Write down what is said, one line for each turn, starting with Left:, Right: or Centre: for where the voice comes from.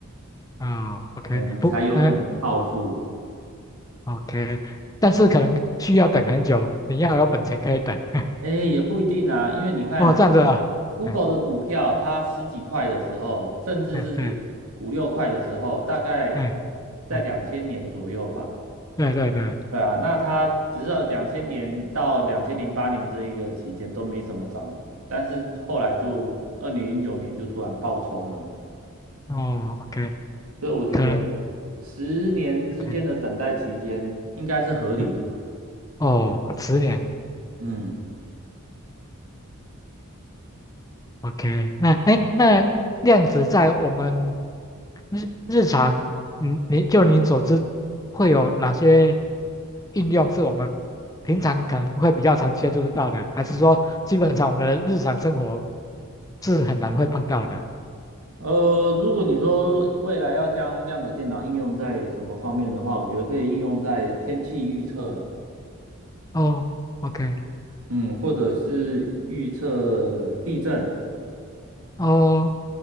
Left: 哦，OK，
Right: 嗯，你才有可能暴富。
Left: 不，哎、OK，但是可能需要等很久，你要有本钱可以等。<laughs>
Right: 哎，也不一定啊，因为你看
Left: 哦，这样子啊，
Right: ，Google
Left: 嗯
Right: 的股票，它十几块的时候，甚至是五六块的时候，
Left: 嗯对，
Right: 大概
Left: 嗯
Right: 在两千年左右吧。
Left: 嗯对对对，
Right: 对啊，那它只是两千年到两千零八年这一个期间都没什么涨幅，但是后来就二零零九年就突然暴冲了，
Left: 哦，OK，
Right: 所以我觉得
Left: 可能
Right: 十年之间的等待期间应该是合理的啦
Left: OK 是哦，十年
Right: 嗯。
Left: OK，那哎那量子在我们日日常，嗯，你就你所知，会有哪些应用是我们平常可能会比较常接触到的，还是说基本上我们的日常生活是很难会碰到的？
Right: 呃，如果你说未来要将量子电脑应用在什么方面的话，我觉得可以应用在天气预测啊，
Left: 哦，OK，
Right: 嗯，或者是预测地震，
Left: 哦